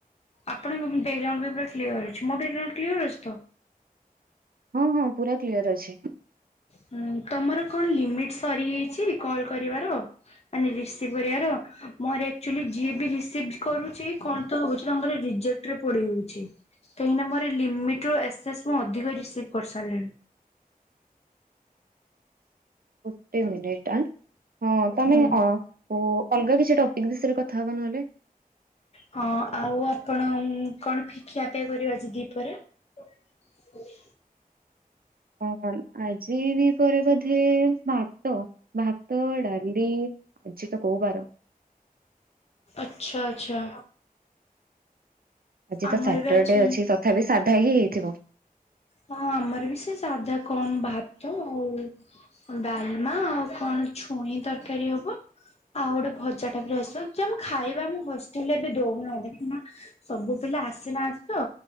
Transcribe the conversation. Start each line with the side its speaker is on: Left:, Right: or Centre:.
Left: ଆପଣଙ୍କ ବ୍ୟାଗଗ୍ରାଉଣ୍ଡ ବି ପୁରା କ୍ଲିଅର ଅଛି। ମୋ ବ୍ୟାଗଗ୍ରାଉଣ୍ଡ କ୍ଲିୟର ଅଛି ତ?
Right: ହଁ ହଁ ପୁରା କ୍ଲିୟର ଅଛି।
Left: ହୁଁ ତମର କଣ ଲିମିଟ ସରି ହୋଇଛି କଲ୍ କରିବାର। ମାନେ ରିସିଭ କରିବାର ମୋର ଆକ୍ଚୁଲି ଯିଏ ବି ରିସିଭ କରୁଛି କଣ ତ ହଉଛି ତାଙ୍କର ରିଜେକ୍ଟ ପଡିଯାଉଛି କାହିଁକିନା ମୋର ଲିମିଟ ରୁ ଏକ୍ସେସ ମୁଁ ଅଧିକ ରିସିଭ କରିସାରିଲିଣି।
Right: ଗୋଟେ ମିନିଟ ଆ ହଁ ତମେ
Left: ହୁଁ।
Right: ଅ ଓ ଅଲଗା କିଛି ଟପିକ୍ ବିଷୟରେ କଥା ହବା ନହେଲେ
Left: ହଁ ଆଉ ଆପଣ କଣ ଖିଆପିଆ କରିବେ ଆଜି ଦି ପହରେ। ହଁ <inaudible>
Right: ହଁ ଆଜି ଦିପହରେ ବୋଧେ ହଁ ତ ଭାତ ଡାଲି ଆଜି ତ କୋଉ ବାର
Left: ଆଚ୍ଛା ଆଚ୍ଛା
Right: ଆଜି
Left: ଆମର
Right: ତ ସଟରଡେ
Left: ବି ଆଜି
Right: ଅଛି ତଥାପି ସାଧା ହିଁ ହେଇଥିବ।
Left: ହଁ ଆମର ବି ସେ ସାଧା କଣ ଭାତ ଆଉ ଡାଲମା ଆଉ କଣ ଛୁଇଁ ତରକାରୀ ହବ। ଆଉ ଗୋଟେ ଭଜା ଟା ବି ଆସିବ ଆକଚୁଆଲି ଆମ ଖାଇବା ଆମ ହଷ୍ଟେଲରେ ଏବେ ଦଉନାହାନ୍ତି। ସବୁ ପିଲା ଆସିନାହାନ୍ତି ତ